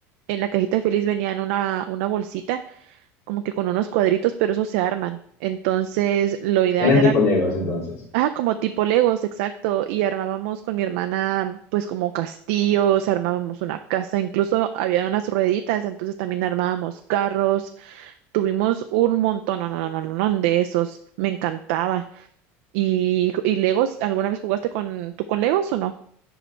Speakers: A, on the right; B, on the left.
A: en la cajita feliz venían una, una bolsita como que con unos cuadritos, pero esos se arman. Entonces, lo ideal
B: Eran
A: era
B: tipo Legos entonces.
A: Ajá, como tipo Legos, exacto. Y armábamos con mi hermana, pues como castillos, armábamos una casa, incluso había unas rueditas, entonces también armábamos carros. Tuvimos un montón, no, no, no, no, no, no, de esos. Me encantaba. Y, y Legos, ¿alguna vez jugaste con tú con Legos o no?